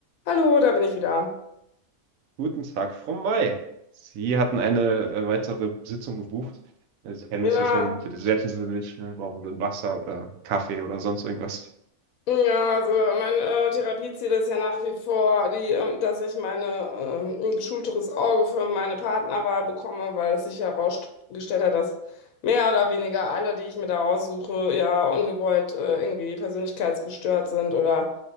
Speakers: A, on the left; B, on the right.
A: Hallo, da bin ich wieder.
B: Guten Tag, Frau May. Sie hatten eine äh, weitere Sitzung gebucht. Äh, Sie kennen
A: Ja,
B: es ja schon. Bitte setzen Sie sich. Ne? Brauchen Sie ein Wasser oder Kaffee oder sonst irgendwas?
A: ja, also mein äh, Therapieziel ist ja nach wie vor, die, ähm, dass ich meine, ähm, ein geschulteres Auge für meine Partnerwahl bekomme, weil es sich herausgestellt hat, dass mehr oder weniger alle, die ich mir da aussuche, ja ungewollt äh, irgendwie persönlichkeitsgestört sind oder